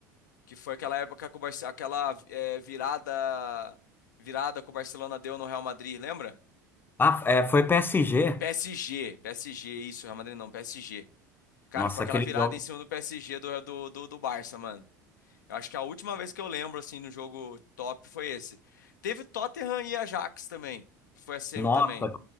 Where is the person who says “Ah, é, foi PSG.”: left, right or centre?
Left